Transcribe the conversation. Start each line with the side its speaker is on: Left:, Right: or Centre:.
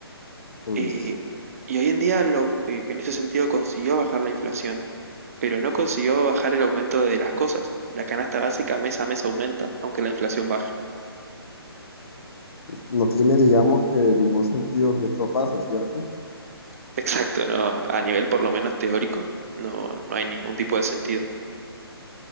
Left: Pues
Right: Eh, y hoy en día lo, eh, en ese sentido consiguió bajar la inflación, pero no consiguió bajar el aumento de las cosas. La canasta básica mes a mes aumenta, aunque la inflación baje.
Left: no tiene, digamos que ningún sentido si esto pasa, ¿cierto?
Right: <laughs> Exacto, no, a nivel por lo menos teórico, no, no hay ningún tipo de sentido.